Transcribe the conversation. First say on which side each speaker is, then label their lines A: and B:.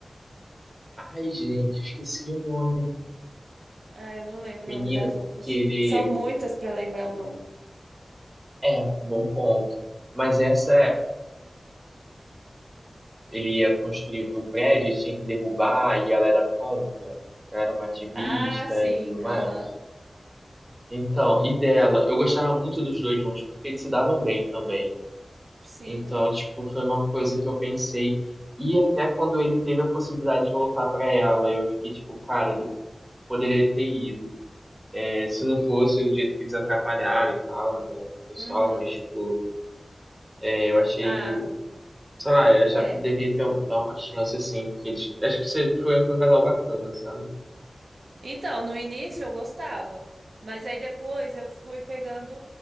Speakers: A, on the right; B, on the right.
A: Ai, gente, esqueci o nome do
B: Ah, eu não lembro
A: menino
B: o nome das outras.
A: que ele.
B: São muitas pra lembrar
A: Que...
B: o nome.
A: É, bom ponto. Mas essa, ele ia construir o prédio, tinha que derrubar, e ela era contra. Ela era uma ativista
B: Ah, sim.
A: e tudo mais.
B: Aham.
A: Então, e dela, eu gostava muito dos dois juntos porque eles se davam bem também.
B: Sim.
A: Então, tipo, foi uma coisa que eu pensei. E até quando ele teve a possibilidade de voltar pra ela, eu fiquei tipo, cara, ele poderia ter ido. É, se não fosse o jeito que eles atrapalharam e tal, né, o pessoal,
B: Uhum.
A: mas tipo, é, eu achei,
B: Ah,
A: sei lá, eu achava
B: é.
A: que deveria ter, um, dar uma chance assim, porque eles, acho que você- foi, foi um casal bacana, sabe?
B: Então, no início eu gostava, mas aí depois eu fui pegando